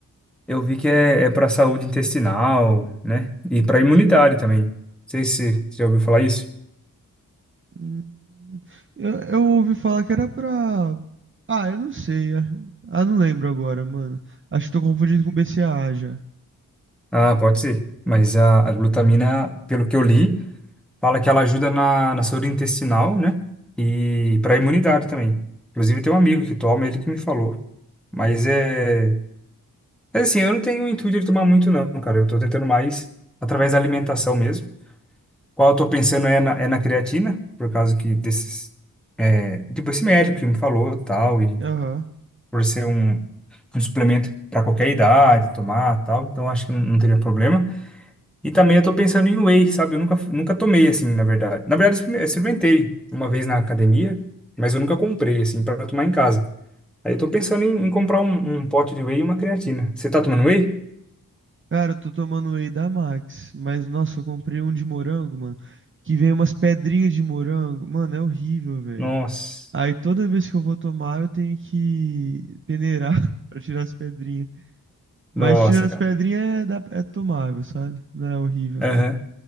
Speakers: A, in the centre; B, on the right.
A: Eu vi que é, é para saúde intestinal, né? E para imunidade também. Não sei se você já ouviu falar isso.
B: Hum, Eu, eu ouvi falar que era pra. Ah, eu não sei. Ah, ah, não lembro agora, mano. Acho que tô confundindo com BCAA já.
A: Ah, pode ser. Mas a, a glutamina, pelo que eu li, fala que ela ajuda na, na saúde intestinal, né? E para a imunidade também. Inclusive, tem um amigo que toma, ele que me falou. Mas é. Mas assim, eu não tenho o intuito de tomar muito, não, cara. Eu tô tentando mais através da alimentação mesmo. Qual eu tô pensando é na, é na creatina, por causa que desses. É, tipo, esse médico que me falou tal, e
B: Aham.
A: por ser um, um suplemento para qualquer idade, tomar tal. Então, acho que não, não teria problema. E também eu tô pensando em whey, sabe? Eu nunca, nunca tomei, assim, na verdade. Na verdade, eu experime- eu experimentei uma vez na academia, mas eu nunca comprei, assim, para tomar em casa. Aí eu tô pensando em, em comprar um, um pote de whey e uma creatina. Você tá tomando whey?
B: Cara, eu tô tomando whey da Max. Mas, nossa, eu comprei um de morango, mano. Que vem umas pedrinhas de morango. Mano, é horrível, velho.
A: Nossa.
B: Aí toda vez que eu vou tomar, eu tenho que peneirar <laughs> pra tirar as pedrinhas.
A: Nossa,
B: Mas tirando as
A: cara.
B: pedrinhas é, dá- é tomável, sabe? Não é horrível,
A: Aham.
B: não.